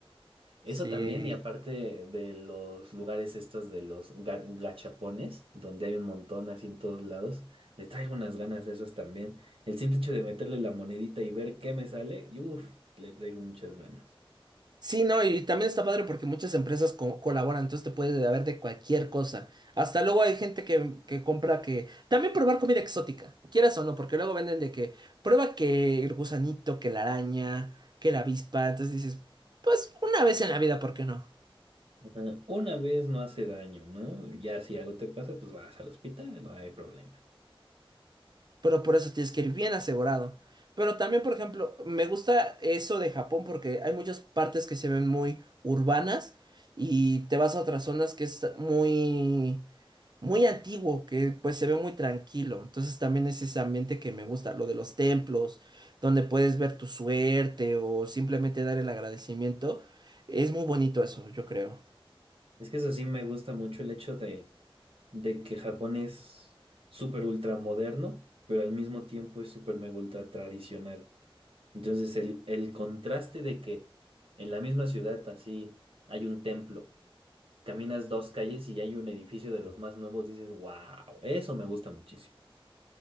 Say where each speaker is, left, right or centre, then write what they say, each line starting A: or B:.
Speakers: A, on the right; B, on the right.
A: Eso
B: Sí,
A: también, y aparte de los lugares estos de los ga- gachapones, donde hay un montón así en todos lados, le traigo unas ganas a esos también. El simple hecho de meterle la monedita y ver qué me sale, y uff, le traigo muchas ganas.
B: Sí, no, y también está padre porque muchas empresas co- colaboran, entonces te puedes haber de cualquier cosa. Hasta luego hay gente que, que compra que... También probar comida exótica, quieras o no, porque luego venden de que prueba que el gusanito, que la araña, que la avispa, entonces dices, pues una vez en la vida, ¿por qué no?
A: Ajá. Una vez no hace daño, ¿no? Ya si algo te pasa, pues vas al hospital, no hay problema.
B: Pero por eso tienes que ir bien asegurado. Pero también, por ejemplo, me gusta eso de Japón porque hay muchas partes que se ven muy urbanas y te vas a otras zonas que es muy muy antiguo, que pues se ve muy tranquilo. Entonces también es ese ambiente que me gusta, lo de los templos, donde puedes ver tu suerte o simplemente dar el agradecimiento. Es muy bonito eso, yo creo.
A: Es que eso sí me gusta mucho el hecho de, de que Japón es súper ultra moderno, pero al mismo tiempo es súper mega ultra tradicional. Entonces, el, el contraste de que en la misma ciudad así hay un templo, caminas dos calles y hay un edificio de los más nuevos, dices, wow, eso me gusta muchísimo.